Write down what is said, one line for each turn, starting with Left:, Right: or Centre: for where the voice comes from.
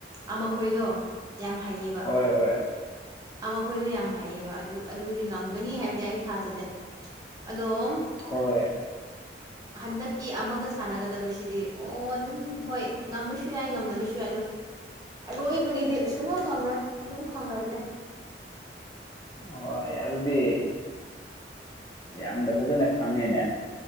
Right: ꯑꯃ ꯈꯣꯏꯗꯣ ꯌꯥꯝ ꯍꯩꯌꯦꯕ
Left: ꯍꯣꯏ ꯍꯣꯏ
Right: ꯑꯃ ꯈꯣꯏꯗꯣ ꯌꯥꯝ ꯍꯩꯌꯦꯕ ꯑꯗꯨ ꯑꯗꯨꯗꯤ ꯉꯝꯒꯅꯤ ꯍꯥꯏꯕꯗꯤ ꯑꯩ ꯊꯥꯖꯗꯦ ꯑꯗꯣꯝ
Left: ꯍꯣꯏ
Right: <unintelligible> ꯍꯟꯗꯛꯀꯤ ꯑꯃꯒ ꯁꯥꯟꯅꯒꯗꯕꯁꯤꯗꯤ ꯑꯣ ꯑꯗꯨꯝ ꯍꯣꯏ ꯉꯝꯕꯁꯨ ꯌꯥꯏ ꯉꯝꯗꯕꯁꯨ ꯌꯥꯏ ꯑꯗꯣ ꯑꯔꯣꯏꯕꯒꯤꯗꯤ ꯁꯨꯡꯉꯝ ꯉꯝꯔꯣꯏ ꯑꯗꯨꯝ ꯈꯪꯔꯕꯅꯦ
Left: ꯍꯣꯏ ꯑꯗꯨꯗꯤ ꯌꯥꯝꯅ ꯐꯖꯅ ꯈꯪꯉꯦꯅꯦ